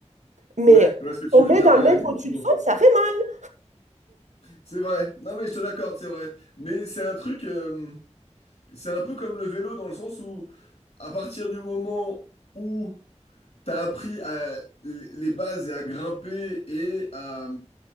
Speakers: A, on the right; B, on the left.
A: Mais
B: Ouais, je vois ce que tu
A: tomber
B: veux dire,
A: d'un
B: ouais,
A: mètre
B: effectivement.
A: au-dessus du sol, ça fait mal,
B: C'est vrai. Non, mais je te l'accorde, c'est vrai. Mais c'est un truc, euh, c'est un peu comme le vélo dans le sens où, à partir du moment où t'as appris à les les bases et à grimper et à,